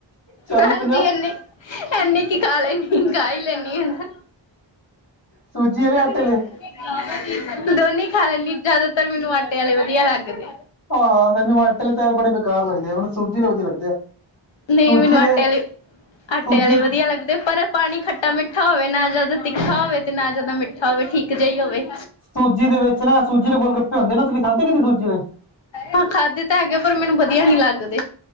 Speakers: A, on the left; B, on the left.
A: ਚਾਲੀ
B: ਹਾਂਜੀ,
A: ਪੰਜਾਹ
B: ਐਨੇ, ਐਨੇ ਕੀ ਖਾ ਲੈਨੀ, ਗਾ ਹੀ ਲੈਨੀ ਉ ਤਾ।
A: ਸੂਜੀ ਵਾਲੇ ਆਟੇ
B: <inaudible>
A: ਆਲੇ
B: ਦੋਨੇ ਈ ਖਾ ਲੈਂਦੀ, ਜੇਆਦਾਤਰ ਮੈਨੂੰ ਆਟੇ ਆਲੇ ਵਦੀਆ ਲੱਗਦੇ।
A: ਆ ਮੈਨੂੰ ਆਟੇ ਆਲੇ ਤੈਰ ਬੜੇ ਬੇਕਾਰ ਲਗਦੇ ਆ, ਮੈਨੂੰ ਸੂਜੀ ਵਾਲ ਵਦੀਆ ਲੱਗਦੇ ਆ।
B: ਨਈ
A: ਸੂਜੀ
B: ਮੈਨੂੰ
A: ਆਲੇ
B: ਆਟੇ ਆਲੇ਼, ਆਟੇ
A: ਸੂਜੀ
B: ਆਲੇ਼ ਵਦੀਆ ਲੱਗਦੇ ਪਰ ਪਾਣੀ ਖੱਟਾ-ਮਿੱਠਾ ਹੋਵੇ, ਨਾ ਜਾਦਾ ਤਿੱਖਾ ਹੋਵੇ ਤੇ ਨਾ ਜਾਦਾ ਮਿੱਠਾ ਹੋਵੇ ਠੀਕ ਇੱਕ ਜਈ ਹੋਵੇ
A: ਸੂਜੀ ਦੇ ਵਿੱਚ ਨਾ ਸੂਜੀ ਦੇ ਗਲੱਪੇ ਹੁੰਦੇ ਨਾ। ਤੁਸੀਂ ਖਾਧੇ ਕਦੀ ਸੂਜੀ ਦੇ?
B: ਹਾਂ ਖਾਧੇ ਤਾਂ ਹੈਗੇ। ਪਰ, ਮੈਨੂੰ ਵਧੀਆ ਨੀ ਲੱਗਦੇ।